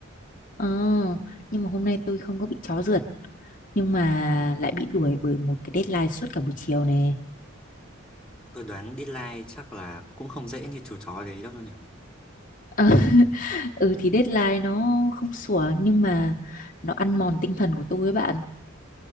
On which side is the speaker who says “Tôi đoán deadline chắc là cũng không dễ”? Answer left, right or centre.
Centre